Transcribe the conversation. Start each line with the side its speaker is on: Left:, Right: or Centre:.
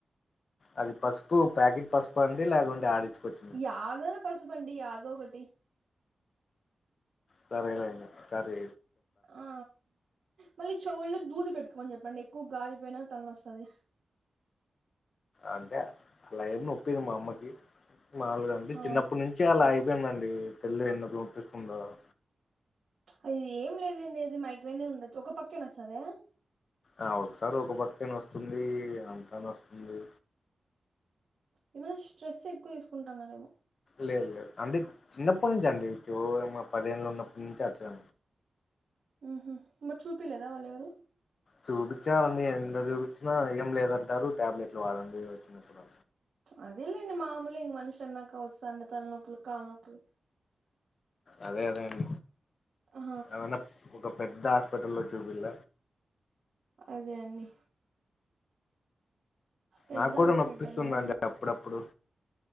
Left: అది పసుపు ప్యాకెట్ పసుపు అండి లేకుంటే ఆడించుకోచ్చి
Right: యాదోనా పసుపు అండి యాదో ఒకటి
Left: సరే లేండి ఈసారి
Right: ఆ మళ్ళీ చెవుల్లో దూది పెట్టుకోమని చెప్పండి ఎక్కువ గాలిపోయినా తల నోస్తాధి
Left: అంతే అలా ఏం నొప్పిదు మా అమ్మకి మాల్ అంటే
Right: ఆ
Left: చిన్నప్పనుంచి అలా య్ ఇందండి <unintelligible>
Right: అది ఏం లె లేండి ఇది మైగ్రైన్ ఉండచ్చు ఒక పక్కే నొస్తదా
Left: అ ఒకసారి ఒగ పక్కెనొస్తుంది అంతనస్తుంది
Right: ఏమన్నా స్ట్రెస్ ఎక్కువ తీసుకుంటన్నరేమో
Left: లేద్ లేద్ అండి చిన్నప్పటినుంచి అండిఒ యమ్మ పదిదెండ్లు ఉన్నప్పటి నుంచి అట్లే
Right: ఉహు మరి చూపిలేదా వాళ్ళేవరు
Left: చూపించవండి ఎంత చూపించినా ఏం లేదంటారు టాబ్లెట్లు వాళండి వచ్చినప్పుడు
Right: అదేలేండి మామూలె ఇగ మనిషి అన్నాక వస్తాండె తల్నొప్పులు కాళ్నొప్పులు
Left: అదే అదే అండి
Right: ఆ
Left: ఏమన్న ఒక పెద్ద హాస్పిటల్ లో చూపిల్ల
Right: అదే అన్ని పెద్ద
Left: నా కూడా
Right: హాస్పిటలా
Left: నొప్పిస్తుంది అండి అప్పుడప్పుడు